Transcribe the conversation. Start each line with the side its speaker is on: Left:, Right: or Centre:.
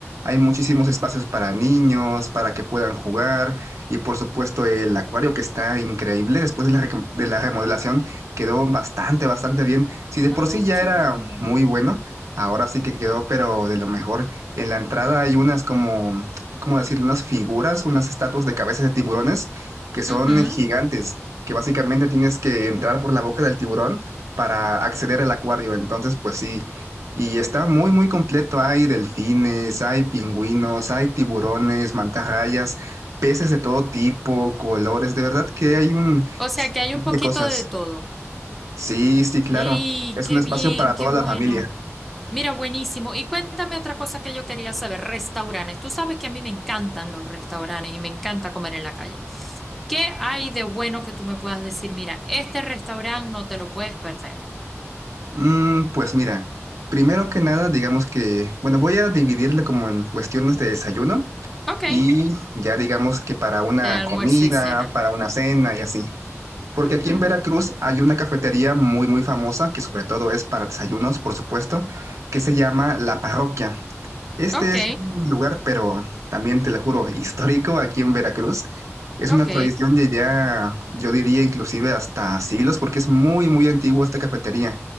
Right: Hay muchísimos espacios para niños, para que puedan jugar. Y por supuesto el acuario que está increíble después de la, recom- de la remodelación quedó bastante, bastante bien. Si de
Centre: Ay,
Right: por sí ya
Centre: qué
Right: era
Centre: bueno.
Right: muy bueno, ahora sí que quedó, pero de lo mejor. En la entrada hay unas como, ¿cómo decir? Unas figuras, unas estatuas de cabezas de tiburones que son
Centre: Ujú.
Right: gigantes, que básicamente tienes que entrar por la boca del tiburón para acceder al acuario. Entonces, pues sí. Y está muy, muy completo. Hay delfines, hay pingüinos, hay tiburones, mantarrayas, peces de todo tipo, colores. De verdad que hay un
Centre: O sea,
Right: sinfín
Centre: que hay un poquito
Right: de cosas.
Centre: de todo.
Right: Sí, sí, claro.
Centre: ¡Ey!
Right: Es
Centre: ¡Qué
Right: un espacio
Centre: bien!
Right: para toda
Centre: ¡Qué bueno!
Right: la familia.
Centre: Mira, buenísimo. Y cuéntame otra cosa que yo quería saber, restaurantes. Tú sabes que a mí me encantan los restaurantes y me encanta comer en la calle. ¿Qué hay de bueno que tú me puedas decir? Mira, este restaurante no te lo puedes perder.
Right: Mm, pues mira, primero que nada, digamos que, bueno, voy a dividirle como en cuestiones de desayuno
Centre: Ok,
Right: y ya digamos que para una
Centre: de almuerzo
Right: comida,
Centre: y cena.
Right: para una cena y así. Porque
Centre: Ujú.
Right: aquí en Veracruz hay una cafetería muy, muy famosa, que sobre todo es para desayunos, por supuesto, que se llama La Parroquia. Este
Centre: Ok,
Right: es un lugar, pero también te lo juro, <laughs> histórico aquí en Veracruz. Es
Centre: ok,
Right: una tradición de ya, yo diría inclusive hasta siglos, porque es muy, muy antigua esta cafetería.